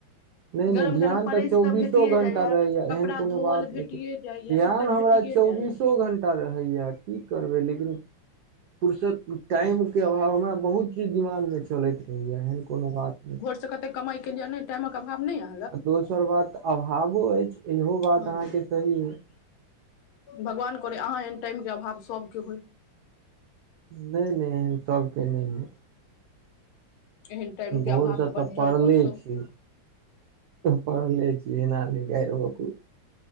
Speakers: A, on the right; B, on the left.
A: नहि
B: गरम
A: नहि ध्यान
B: गरम परसि
A: तऽ चौबीसो
B: कऽ भेटिए जाइए
A: घं्टा रहैया
B: कपड़ा
A: एहन कोनो
B: धोअल
A: बात
B: भेटिए
A: नहि छै
B: जाइए
A: ध्यान
B: सभटा
A: हमरा
B: भेटिए
A: चौबीसो
B: जाइए
A: घंटा रहैय की करबै लेकिन पुरस टाइमके अभाव हमरा बहुत चीज दिमागमे चलैत रहैए एहन कोनो बात नहि
B: से कते कमाई केलिया ने टाइमक अभाव नहि या
A: आ दोसर बात तऽ अभावो अछि इहो बात
B: हँ
A: अहाँकेँ सही अछि
B: भगवान करै अहाँ एहन टाइमके अभाव सबके होइ
A: नै नै एहन सबके नै होई
B: एहन टाइम
A: भोरसँ
B: के अभाव मे बज्जर
A: तऽ पड़ले
B: खसो
A: छी पड़ले छी एहन आदमी डैर होकु